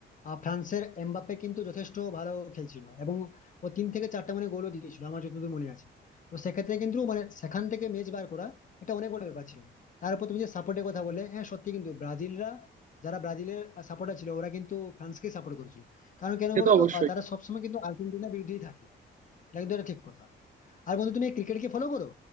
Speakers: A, on the left (about 40°); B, on the right (about 40°).
A: আহ, ফ্রান্সের এমবাপ্পে কিন্তু যথেষ্ট ভালো খেলছিল এবং ও তিন থেকে চারটা মানে গোলও দিয়েছিল আমার যতদূর মনে আছে তো সেক্ষেত্রে কিন্তু মানে সেখান থেকে ম্যাচ বার করা এটা অনেক বড় ব্যাপার ছিল তারপর তুমি যে সাপোর্টের কথা বললে হ্যাঁ সত্যি কিন্তু ব্রাজিলরা যারা ব্রাজিলের সাপোর্টার ছিল ওরা কিন্তু ফ্রান্সকে সাপোর্ট করেছিল কারণ কেন
B: সে
A: বলো
B: তো অবশ্যই
A: তো আহ, তারা সবসময় কিন্তু আর্জেন্টিনার বিরুদ্ধেই থাকে এটা কিন্তু এটা ঠিক কথা আর বন্ধু তুমি ক্রিকেট কি ফলো করো